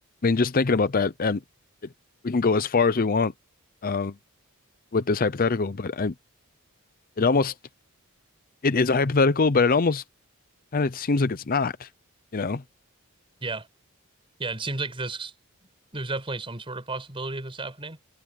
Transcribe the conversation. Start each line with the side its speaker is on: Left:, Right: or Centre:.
Left: mean, just thinking about that, um, it, we can go as far as we want um with this hypothetical, but I it almost it is a hypothetical, but it almost kind of seems like it's not, you know. <laughs>
Right: yeah, Yeah, it seems like this, there's definitely some sort of possibility of this happening.